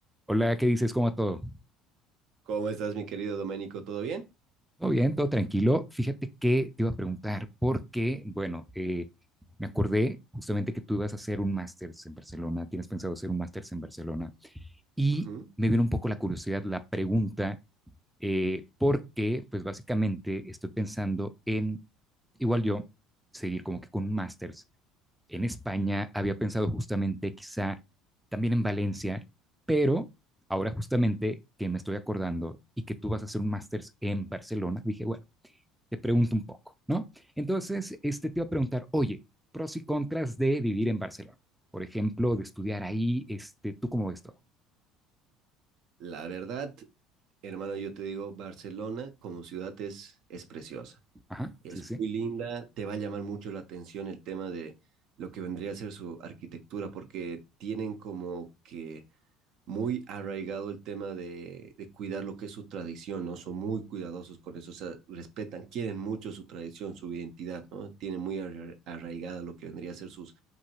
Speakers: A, in the centre; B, on the right.
A: Hola, ¿qué dices? ¿Cómo va todo?
B: ¿Cómo estás, mi querido Doménico? ¿Todo bien?
A: Todo bien, todo tranquilo. Fíjate que te iba a preguntar porque, bueno, eh, me acordé justamente que tú ibas a hacer un máster en Barcelona, tienes pensado hacer un máster en Barcelona y
B: Ujú.
A: me vino un poco la curiosidad, la pregunta, eh, porque pues básicamente estoy pensando en, igual yo, seguir como que con un máster en España, había pensado justamente quizá también en Valencia, pero ahora justamente que me estoy acordando y que tú vas a hacer un máster en Barcelona, dije, bueno, te pregunto un poco, ¿no? Entonces, este te iba a preguntar, oye, pros y contras de vivir en Barcelona, por ejemplo, de estudiar ahí, este, ¿tú cómo ves todo?
B: La verdad, hermano, yo te digo, Barcelona como ciudad es, es preciosa,
A: Ajá,
B: es
A: sí, sí,
B: muy linda, te va a llamar mucho la atención el tema de lo que vendría a ser su arquitectura, porque tienen como que muy arraigado el tema de, de cuidar lo que es su tradición, ¿no? Son muy cuidadosos con eso, o sea, respetan, quieren mucho su tradición, su identidad, ¿no? Tienen muy arra- arraigada lo que vendría a ser sus,